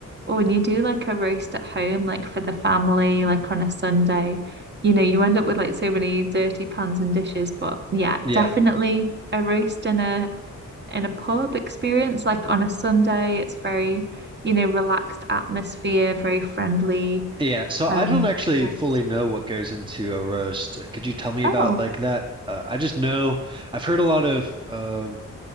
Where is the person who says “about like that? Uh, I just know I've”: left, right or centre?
Right